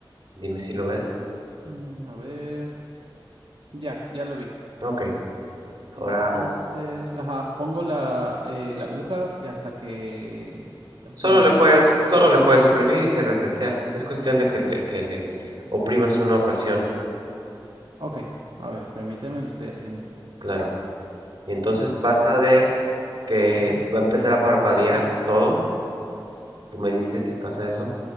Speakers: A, on the right; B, on the right.
A: Dime si lo ves.
B: Mm, a ver. Ya, ya lo vi.
A: Ok. Ahora
B: Entonces, ajá, pongo la, eh, la aguja hasta que
A: Solo
B: tú me
A: le
B: dices.
A: puedes,
B: o-
A: solo le puedes oprimir y se resetea. Es cuestión de que le, que le oprimas una ocasión,
B: Ok, a ver, permíteme, lo estoy haciendo.
A: claro. Y entonces
B: A
A: vas
B: ver.
A: a ver que
B: Ujú,
A: va a empezar a parpadear todo. Tú me dices si pasa eso.